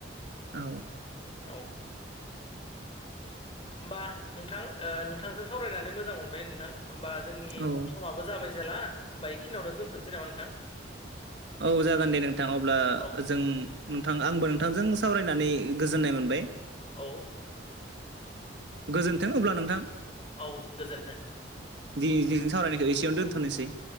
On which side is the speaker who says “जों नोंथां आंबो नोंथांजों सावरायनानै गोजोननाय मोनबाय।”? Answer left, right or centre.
Right